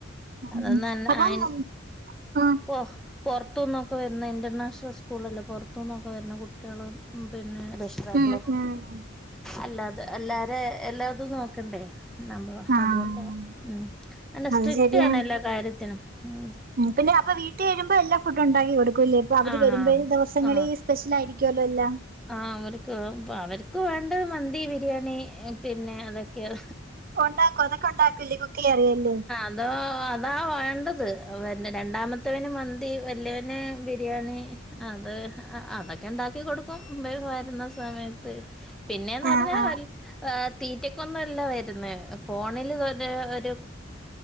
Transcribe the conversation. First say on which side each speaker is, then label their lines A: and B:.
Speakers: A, on the right; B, in the centre.
A: ഉം
B: അതന്ന തന്നെ
A: അപ്പം
B: ആയിൻ
A: ഉം
B: പോ പോർത്തുനിന്ന്ന്നൊക്കെരുന്ന ഇന്റർനാഷ്ണൽ സ്കൂള് അല്ലേ പോർത്തുന്നൊക്കെ വരണ കുട്ടികളും പിന്നെ രക്ഷി ക്കാളും
A: ഉം ഉം
B: അല്ലാതെ എല്ലാര എല്ലാതും നോക്കെണ്ടെ നമ്മള
A: ആഹ്
B: അതുകൊണ്ട ഉം അല്ല
A: അത്
B: സ്ട്രിക്റ്റ്
A: ശരിയാണ്
B: ആണ് എല്ലാ കാര്യത്തിനും ഉം
A: ഉം പിന്നെ അപ്പൊ വീട്ടിൽ കഴുമ്പോ എല്ലാ ഫുഡ് ഉണ്ടാക്കി കൊടുക്കൂല്ലേ ഇപ്പൊ അവര്
B: ആഹ്
A: വരുമ്പോ ദിവസങ്ങള
B: ആഹ്
A: ഈ സ്പെഷ്യൽ ആയിരിക്കുമല്ലോ എല്ലാം
B: ആഹ് അവർക്ക് അവർക്ക് വേണ്ടത് മന്തി ബിരിയാണി പിന്നെ അതൊക്കെയാ
A: ഉണ്ടാക്കും അതൊക്കെ ഉണ്ടാക്കില്ലേ കുക്കയ്യാ അറിയല്ലേ
B: അതോ അതാ വേണ്ടത് രണ്ടാമത്തവന് മന്തി വലിയവന് ബിരിയാണി. അത് അതൊക്കെ ഉണ്ടാക്കി കൊടുക്കും വരുന്ന സമയത്ത് പിന്നെന്ന് പറഞ്ഞാൽ
A: ആഹ് ആഹ്
B: തീറ്റക്കൊന്നല്ല വരുന്ന ഫോണിൽ തോ